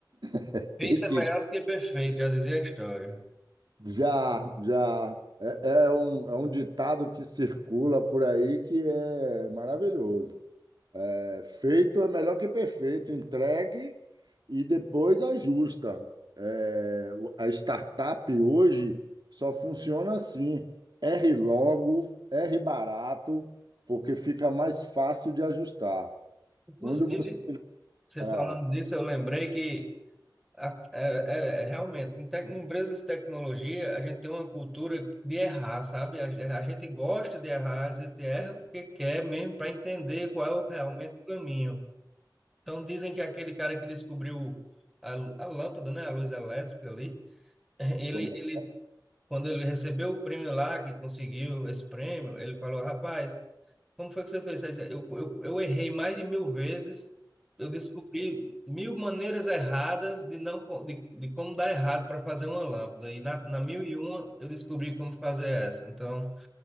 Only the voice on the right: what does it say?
<laughs> tem
que
já, já. É, é um, é um ditado que circula por aí que é maravilhoso. É, feito é melhor que perfeito. Entregue e depois ajusta. É, o- a startup hoje só funciona assim: erre logo, erre barato, porque fica mais fácil de ajustar.
Quando você.
É,
toma-